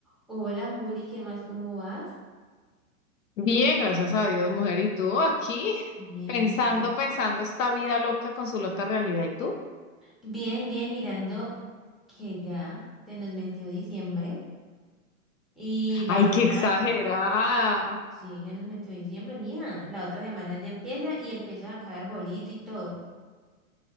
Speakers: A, in the centre; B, on the left.
A: Hola Juli, ¿qué más? ¿Cómo vas?
B: Bien, gracias a Dios, mujer. ¿Y tú aquí?
A: Bien,
B: Pensando,
A: bien, bien.
B: pensando esta vida loca con su loca realidad. ¿Y tú?
A: Bien, bien, mirando que ya se nos metió diciembre y la
B: ¡Ay,
A: verdad,
B: qué exagerada!
A: sí, se nos metió diciembre, mija. La otra semana ya empieza y empiezo a sacar arbolito y todo.